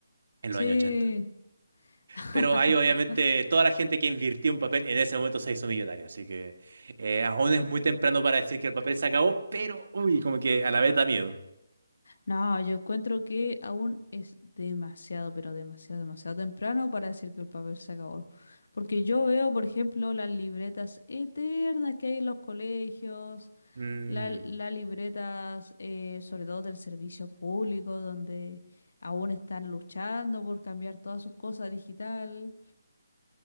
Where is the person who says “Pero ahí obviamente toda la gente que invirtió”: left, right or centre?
Right